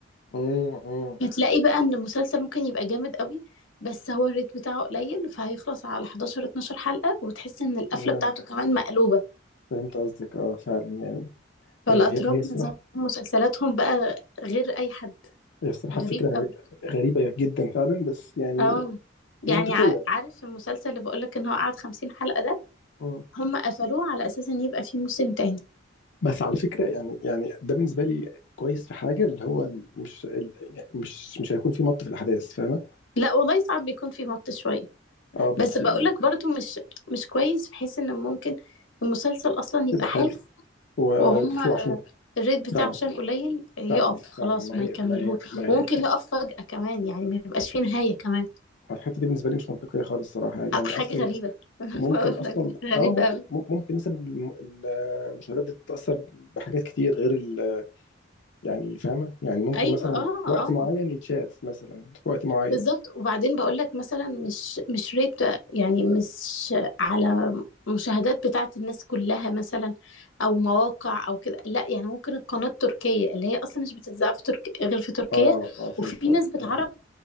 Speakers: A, on the left; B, on the left.
A: امم امم
B: هتلاقي بقى ان المسلسل ممكن يبقى جامد قوي بس هو الريت بتاعه قليل فهيخلص على 11 12 حلقة وتحس ان القفلة
A: فهمت
B: بتاعته كمان مقلوبة
A: فهمت قصدك اه فعلا يعني
B: فالاتراك
A: هي هي هي الصراحه
B: نظام مسلسلاتهم بقى غير اي حد
A: هي الصراحه
B: غريب
A: فكره غ-
B: قوي
A: غريبه جدا فعلا بس يعني
B: اه
A: منطقيه
B: يعني ع- عارف المسلسل اللي بقولك ان هو قعد خمسين حلقة ده
A: امم
B: هم قفلوه على اساس ان يبقى فيه موسم تاني
A: بس على فكره يعني يعني ده بالنسبه لي كويس في حاجه اللي هو مش ال- يعني مش مش هيكون في مط في الاحداث فاهمه
B: لا والله صعب بيكون فيه مط شوية
A: اه بس
B: بس بقولك
A: يعني
B: برضو مش مش كويس في حيث ان ممكن المسلسل اصلا يبقى
A: يبقى
B: حلو
A: حلو هو اه
B: وهم
A: يبقى حلو عشان
B: الريت بتاعه
A: فعلا
B: عشان قليل يقف
A: فعلا
B: خلاص
A: فعلا ما
B: ما
A: هي
B: يكملهوش
A: ما هي ما
B: وممكن
A: هي
B: يقف فجأة كمان يعني ما يبقاش فيه نهاية كمان
A: الحته دي بالنسبه لي مش منطقيه خالص الصراحه يعني
B: أ-
A: اصلا
B: حاجة غريبة <laughs>
A: ممكن
B: بقولك
A: اصلا
B: غريبة
A: اه ممكن
B: أوي
A: ممكن نسب الم- المشاهدات دي تتاثر بحاجات كتير غير ال- يعني فاهمه يعني ممكن
B: ايوه
A: مثلا
B: اه
A: في
B: اه
A: وقت معين يتشاف مثلا في وقت معين
B: بالظبط وبعدين بقول لك مثلا مش مش ريت يعني مش على مشاهدات بتاعت الناس كلها مثلا او مواقع او كده لا يعني ممكن القناة التركية اللي هي اصلا مش بتتذاع في ترك... غير في تركيا
A: اه اه فهمت
B: وفي
A: قصدك
B: نسبة
A: اه
B: عرب